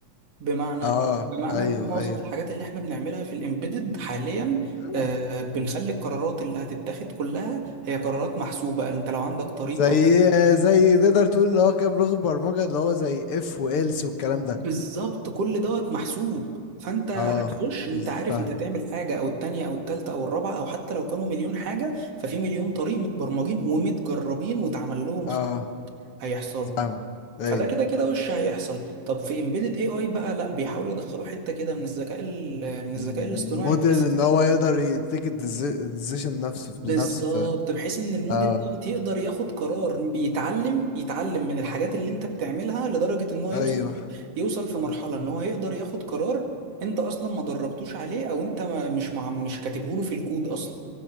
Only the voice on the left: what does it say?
اه
ايوه
ايوه
آه.
زي
زي تقدر تقول اللي هو كام لغه برمجه اللي هو زي اف والس والكلام ده
اه
بز-
فاهمه
اه
فاهمه ايوه
مم،
موديل
ان هو يقدر يتيك الديسيشن نفسه
بنفسه فاهم
اه
ايوه